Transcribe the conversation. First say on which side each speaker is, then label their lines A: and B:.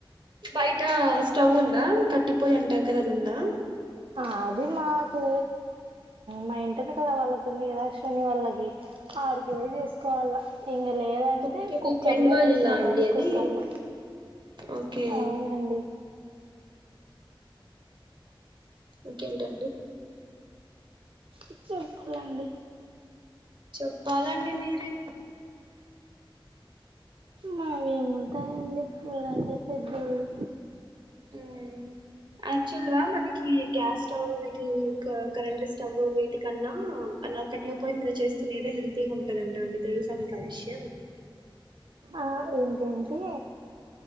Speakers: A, on the right; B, on the right.
A: బైట స్టవ్ ఉందా కట్టిపొయ్యి అంటారు కదా అదుందా
B: ఆది మాకు మా ఇంటెనకల వాళ్ళకుంది కదా అశ్వని వాళ్ళకి ఆడికి బొయ్ చేస్ కోవాల ఇంగ లేదంటే
A: ఓకే మీ
B: కుక్కర్లో
A: ఫ్రెండ్ వాళ్ళ
B: వేస్తారు
A: ఇల్లా అండి
B: రైస్
A: అది
B: కుక్కర్లు
A: ఓకే
B: అవునండి
A: ఇంకేంటండి
B: ఇచ్చెప్పలండి
A: చెప్పాలండి మీరే
B: మావేముంటాయండి మీరంటే పెద్దోళ్ళు
A: మ్మ్ యాక్చువల్గా మనకి గ్యాస్ స్టవ్ వీటి కరెంట్ స్టవ్ వీటి కన్నా అనక్కట్లో పొయ్యి మీద చేస్తునేదే హెల్తీగుంటదంట అండి తెలుసా మీకా విషయం
B: ఆ ఏంటేంటి